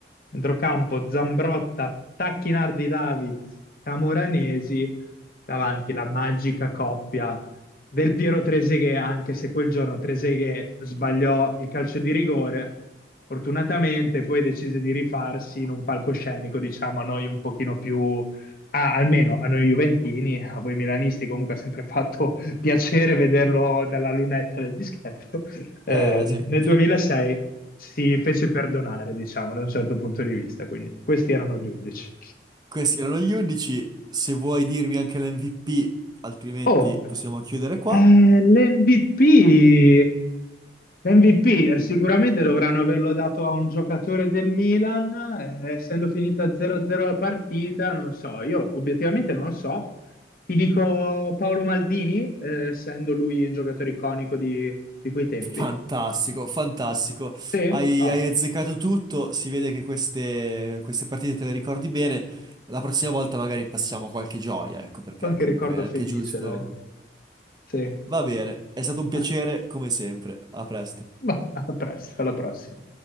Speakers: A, on the left; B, on the right.
A: Centrocampo Zambrotta, Tacchinardi Davids, Camoranesi, davanti la magica coppia del Piero Treseghe, anche se quel giorno Treseghe sbagliò il calcio di rigore, fortunatamente poi decise di rifarsi in un palcoscenico, diciamo, a noi un pochino più Ah, almeno a noi Juventini, a voi Milanisti, comunque ha sempre fatto <laughs> piacere vederlo dalla lunetta del dischetto. Eh,
B: Eh sì,
A: nel 2006 si fece perdonare, diciamo, da un certo punto di vista. Quindi questi erano gli 11.
B: <laughs> questi erano gli 11. Se vuoi dirmi anche l'MVP, altrimenti
A: Oh,
B: possiamo chiudere qua.
A: eh, l'MVP. L'MVP sicuramente dovranno averlo dato a un giocatore del Milan, eh, essendo finita 0-0 la partita, non so, io obiettivamente non lo so. Ti dico Paolo Maldini, eh, essendo lui un giocatore iconico di, di quei tempi.
B: Fantastico, fantastico.
A: Sì,
B: Hai,
A: ah,
B: hai azzeccato tutto. Si vede che queste, queste partite te le ricordi bene. La prossima volta magari passiamo qualche gioia, ecco, perché
A: che
B: comunque
A: ricordo
B: è anche
A: felice,
B: giusto.
A: dai. Sì.
B: Va bene, è stato un piacere
A: <laughs>
B: come sempre. A presto.
A: Ma, ma a presto, alla prossima.